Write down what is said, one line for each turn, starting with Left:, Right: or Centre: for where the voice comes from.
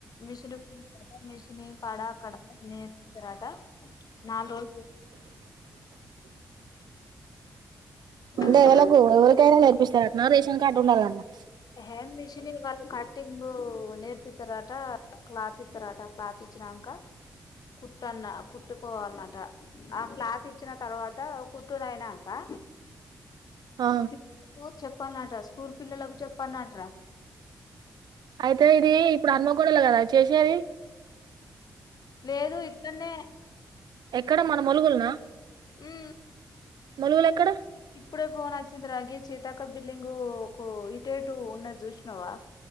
Left: మిషన్ కుట్టే కాడ మిషనీ కాడ అక్కడ నేర్పిస్తరట నాల్రోజులు
Right: అంటే
Left: రోజులు
Right: ఎవలకూ ఎవరికైనా నేర్పిస్తారటనా రేషన్ కార్డు ఉండాల <unintelligible>
Left: హ్యాండ్ మిషనింగ్ వాళ్ళు కటింగూ నేర్పిత్తరటా క్లాత్ ఇత్తరట క్లాత్ ఇచినాంక కుట్టన్న కుట్టుకోవాల్నట ఆ క్లాత్ ఇచ్చిన తర్వాతా కుట్టునైనా ఆ
Right: ఆ
Left: పిల్లలకూ చెప్పాల్నట స్కూల్ పిల్లలకు చెప్ పన్నాట్రా
Right: ఐతే ఇదీ ఇప్పుడు అమ్మకోడలు కదా చేసేదీ
Left: లేదూ ఇక్కడనే
Right: ఎక్కడ మన ములుగులనా
Left: ఊఁ
Right: ములుగులు ఎక్కడ
Left: ఇప్పుడే ఫోనొచ్చింది రా గ్గిచ్ సీతక్క బిల్డింగూ కూ ఇటు ఇటూ ఉన్నది జూసినవా